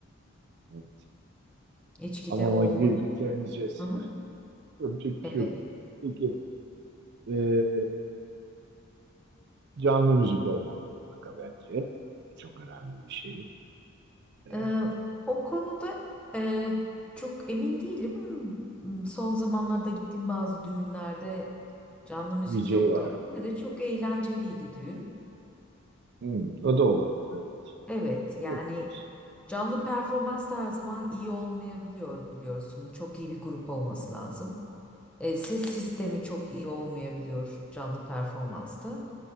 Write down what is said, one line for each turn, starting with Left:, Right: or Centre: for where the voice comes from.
Right: Evet.
Centre: İçki
Right: Hamama
Centre: de olmalı.
Right: girdik geleceğiz.
Centre: Aha,
Right: Öpecek bir
Centre: evet.
Right: şey yok. Peki ee, canlı müzik olmalı mutlaka bence. Bu çok önemli bir şey. Ee,
Centre: Ee, o konuda e, çok emin değilim. Hmm, Son zamanlarda gittiğim bazı düğünlerde canlı müzik
Right: DJ
Centre: yoktu
Right: var
Centre: ama yine de çok eğlenceliydi düğün.
Right: Hmm, o da olabilir. Evet.
Centre: Evet
Right: Böyle Bir şey
Centre: yani
Right: de yapabiliriz.
Centre: canlı performans da her zaman iyi olmayabiliyor biliyorsun. Çok iyi bir grup olması lazım. E, ses sistemi çok iyi olmayabiliyor canlı performansta.